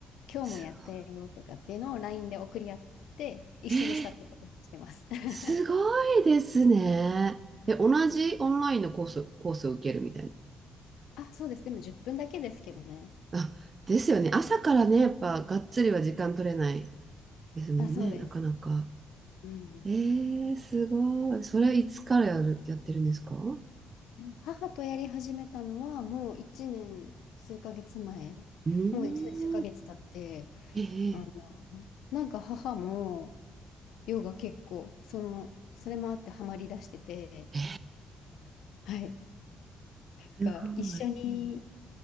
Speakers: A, on the left; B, on the right.
A: 今日もやったよとかっていうのを
B: すご
A: LINE で送り合って、一緒にしたってことにしてます。
B: い、えー、
A: <laughs>
B: すごいですね。で、同じオンラインのコース、コースを受けるみたい
A: あ、そうです。でも10分だけですけどね。
B: な。あ、ですよね。朝からね、やっぱ、がっつりは時間取れないですもんね、
A: あ、そうです。
B: なかなか。
A: うん。
B: えー、すごい。それいつからやる、やってるんですかう
A: 母とやり始めたのはもう1年数ヶ月前、
B: ーん。
A: もう1年数ヶ月経って、
B: えー、
A: あの、なんか母もヨガ結構、その、それもあってハマりだしてて、
B: えー
A: はい、
B: すごい。
A: が一緒に